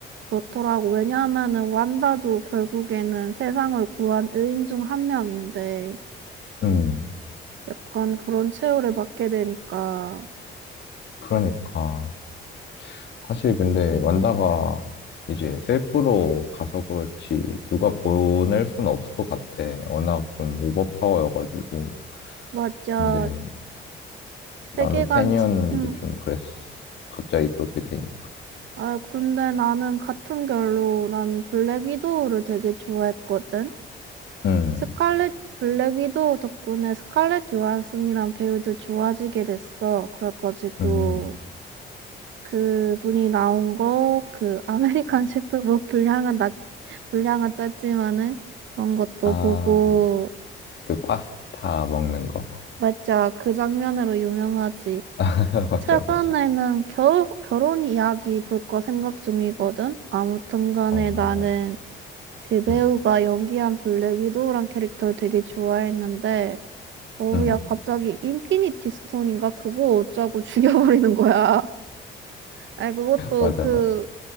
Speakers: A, on the right; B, on the left.
A: 그렇더라고. 왜냐하면은 완다도 결국에는 세상을 구한 의인 중 한 명인데
B: 응,
A: 약간 그런 최후를 받게 되니까.
B: 그러니까. 사실 근데 완다가 이제 셀프로 가서 그렇지 누가 보낼 수는 없을 것 같아. 워낙 좀 오버파워여가지고.
A: 맞아.
B: 근데 나는
A: 세계관
B: 팬이었는데
A: 치- 음,
B: 좀 그랬어. 갑자기 그렇게 되니까.
A: 아, 근데 나는 같은 결로 난 블랙 위도우를 되게 좋아했거든.
B: 응,
A: 스칼렛 블랙 위도우 덕분에 스칼렛 요한슨이란 배우도 좋아지게 됐어. 그래가지고
B: 응.
A: 그분이 나온 거 그 아메리칸 셰프 뭐 분량은 낮 분량은 짧지만은 그런 것도
B: 아,
A: 보고
B: 그 파스타 먹는 거?
A: 맞아 그 장면으로 유명하지.
B: <laughs> 맞아,
A: 최근에는
B: 맞아.
A: 결 결혼 이야기 볼 거 생각 중이거든. 아무튼 간에
B: 어,
A: 나는 그 배우가
B: 응,
A: 연기한 블랙 위도우란 캐릭터를 되게 좋아했는데, 어우,
B: 응,
A: 야, 갑자기 인피니티 스톤인가? 그거 어쩌고 <laughs> 죽여버리는 거야. 아니, 그것도
B: 맞아,
A: 그,
B: 맞아.